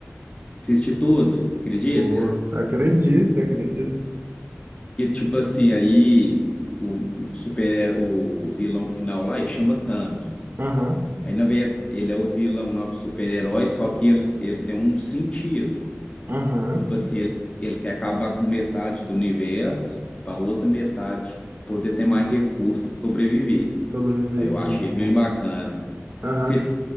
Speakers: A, on the left (about 25°); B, on the right (about 45°).
A: assisti todos, acredita?
B: Boa. Acredito, acredito.
A: Que, tipo assim, aí o, o super, o vilão final lá, ele chama Thanos.
B: Aham,
A: Aí, na verdade, ele é o vilão lá, o super-herói, só que ele, ele tem um sentido.
B: aham.
A: Tipo assim, ele, ele quer acabar com metade do universo para outra metade poder ter mais recursos e sobreviver.
B: Sobreviver,
A: Aí eu
B: sim.
A: achei bem bacana.
B: Aham.
A: Você